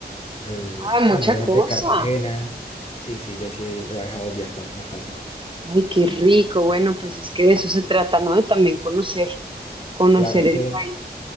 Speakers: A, on the left; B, on the right.
A: Eh,
B: Ah, mucha
A: bueno, obviamente
B: cosa.
A: Cartagena. Sí, sí, yo sí he viajado bastan- bastantico.
B: Ay, qué rico. Bueno, pues es que de eso se trata, ¿no? De también conocer, conocer
A: Claro, eso,
B: el país.